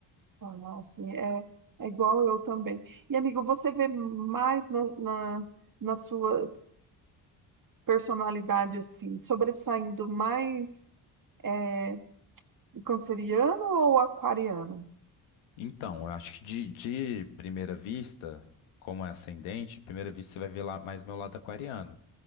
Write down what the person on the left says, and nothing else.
Então, eu acho que de, de primeira vista, como é ascendente, de primeira vista você vai ver lá mais meu lado aquariano.